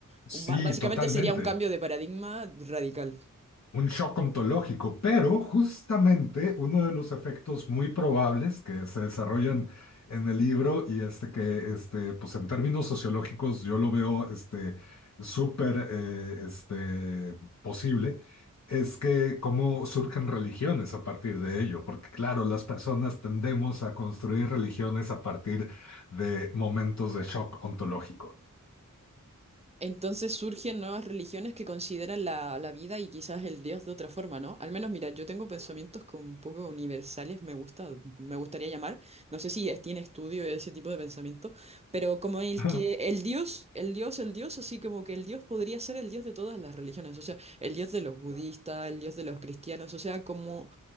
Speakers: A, on the left (about 55°); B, on the right (about 20°).
A: Sí,
B: Un ma- básicamente
A: totalmente.
B: sería un cambio de paradigma radical.
A: Un shock ontológico, pero justamente uno de los efectos muy probables que se desarrollan en el libro y este que, este, pues en términos sociológicos yo lo veo, este, súper, eh, este, posible, es que cómo surgen religiones a partir de ello, porque claro, las personas tendemos a construir religiones a partir de momentos de shock ontológico.
B: Entonces surgen nuevas religiones que consideran la, la vida y quizás el Dios de otra forma, ¿no? Al menos, mira, yo tengo pensamientos como un poco universales, me gusta, me gustaría llamar. No sé si es- tiene estudio ese tipo de pensamiento, pero como el
A: <laughs>
B: que el Dios, el Dios, el Dios, así como que el Dios podría ser el Dios de todas las religiones, o sea, el Dios de los budistas, el Dios de los cristianos, o sea, como